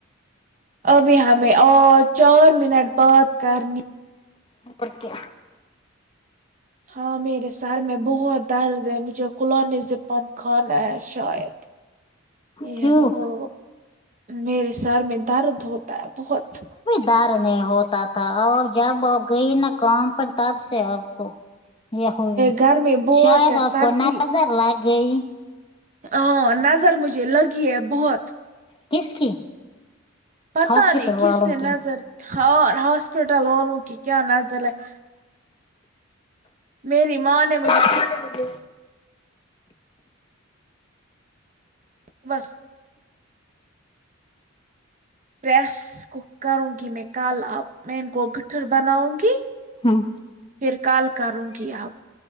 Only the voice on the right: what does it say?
ابھی ہمیں اور چار منٹ بات کرنی
ہاں میرے سر میں بہت درد ہے مجھے قلا نز پمپ کانا ہے شاید یہ
وہ میرے سر میں درد ہوتا ہے بہت
گھر میں بہت
ہے
سردی
ہاں نظر مجھے لگی ہے بہت
پتہ
نہیں کسنے
نظر ہ ہاسپٹل والوں کے کیا نظر ح میری ماں نے مجھے
بس پریس کو کروں گی میں کل آپ میں ان کو گٹھر بناؤں گی
پھر کال کروں گی اب